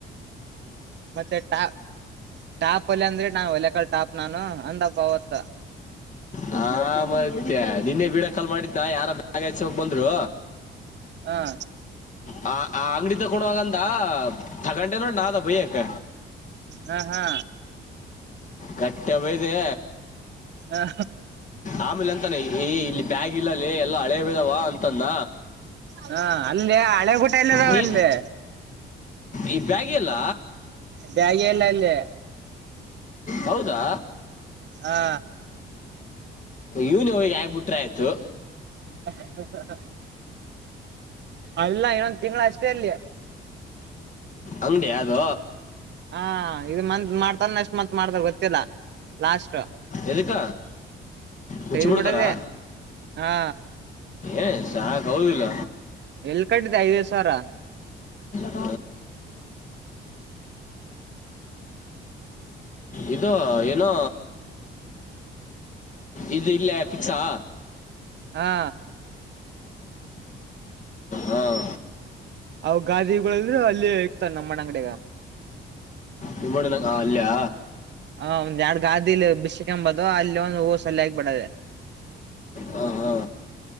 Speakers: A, on the right; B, on the left.
A: ಮತ್ತೆ ಟಾ ಟಾಪ್ ಅಲ್ಲಿ ಅಂದ್ರೆ ನಾ ಒಲೆಕಲ್ ಟಾಪ್ ನಾನು ಅಂದಪ್ಪ ಅವತ್
B: ಹ ಮತ್ತೆ ನಿನ್ನೆ ಬೀಡ ಕಾಲ್ ಮಾಡಿದ್ದನ ಯಾರಾಗಚ ಹೋಗ ಬಂದ್ರು
A: ಹ
B: ಹ ಆ ಅಂಗಡಿ ತಗೊಂಡೋಗಂದ ತಗೊಂಡೆ ನೋಡಿ ನಾದ ಬಯಕ್
A: ಹಾ ಹಾ
B: ಕಟ್ಟೆ ಬದೆ
A: ಹಾ
B: ಆಮೇಲೆ ಅಂತಾನ ಈ ಇಲ್ಲಿ ಬ್ಯಾಗ್ ಇಲ್ಲಲ್ಲಿ ಎಲ್ಲಾ ಹಳೆವಿದಾವ ಅಂತಾನ
A: ಹ ಅಂದೆ ಹಳೆ ಬಟ ಇಲ್ಲದ
B: ನೀ
A: ಒಂದೆ
B: ಈ ಬ್ಯಾಗಿ ಎಲ್ಲ
A: ಬ್ಯಾಗ ಎಲ್ಲ ಅಂದೆ
B: ಹೌದಾ
A: ಹಾ
B: ಇವನ್ ಹೋಗಿ ಆಗ್ಬ ಬಿಟ್ರ ಆಯ್ತು
A: ಹ ಹ ಹ ಅಲ್ಲ ಇನ್ನೊಂದ್ ತಿಂಗಳ ಅಷ್ಟೇ ಅಲ್ಲಿ
B: ಅಂಗ್ಡಿ ಅದು
A: ಹಾ ಇದು ಮಂತ್ ಮಾಡ್ತಾರ ಎಷ್ಟ್ ಮತ್ ಮಾಡತಾರ ಗೊತ್ತಿಲ್ಲ ಲಾಸ್ಟ್
B: ಎಧಕ್ಕ ಮುಚ್ಚಿ
A: ತೆಗ್ದ್
B: ಬಿಡ್ತಾರಾ
A: ಬಿಡದೆ ಹಾ
B: ಏನ್ ಸಾಕ್ ಹೌದಿಲ್ಲ
A: ಎಲ್ ಕಟ್ಟಿದೆೆ ಐದೈದು ಸಾವಿರ
B: ಹ ಇದೋ ಏನೋ ಇದು ಇಲ್ಲ ಫಿಕ್ಸಾ
A: ಹಾ
B: ಹಾಂ
A: ಅವ ಗಾದಿಗಳದ್ರರು ಅಲ್ಲಿ ಇಕ್ತಾನ ನಮ್ಮ ಅಂಗಡಿಗ
B: ನಿಮ್ಮಡನ ಹಾ ಅಲ್ಲಿಯ
A: ಹ ಒಂದ್ ಎರಡ್ ಗಾದಿ ಇಲ್ಲಿ ಬಿಸ್ಕ್ ಎಂಬುದು ಅಲ್ಲಿ ಒಂದು ಹೂಸಲ್ಲಿ ಆಗಿಬಿಡದೆ
B: ಹಾ ಹಾ